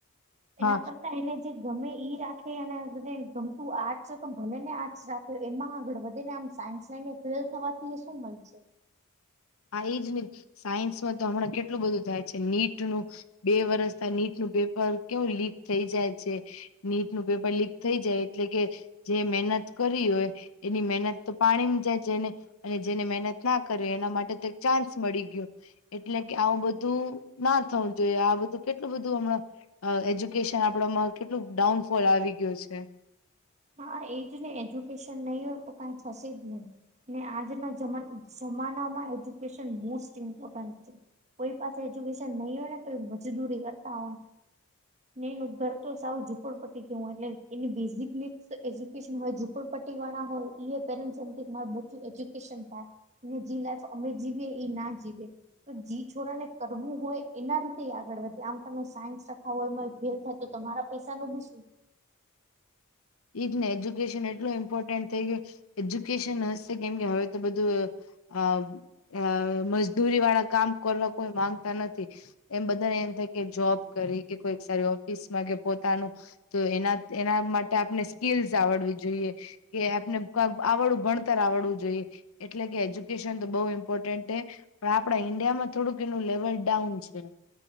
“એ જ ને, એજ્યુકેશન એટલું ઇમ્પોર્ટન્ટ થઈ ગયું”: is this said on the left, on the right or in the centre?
Left